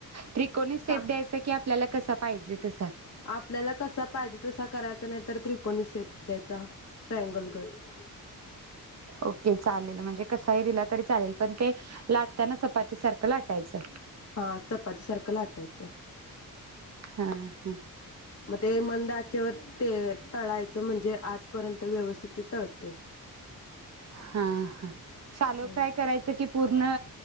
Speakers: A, on the right; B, on the left.
A: त्री कोणी सेफ
B: काप
A: द्यांयचा की, आपल्यांला कसां पाहिजे तसां?
B: आपल्यांला कसां पाहिजे तसां करायचां, नाहीं तरं त्रिकोणी सेपं द्यायचां. ट्रॅंग लगतं.
A: ओके, चालेल म्हणजे कसंही दिलां तरी चालेल, पणं ते लाटतांना चपांती सारखं लाटायचं.
B: हां चपांती सारखं लाटायचं.
A: हां.. हां.
B: मंग ते मंद आचेवर ते तळायचं, म्हणजे आंतपर्यंत व्यवस्थित ते तळते.
A: हां.. हां. शालो
B: हा
A: फ्रायं करायचं की, पूर्ण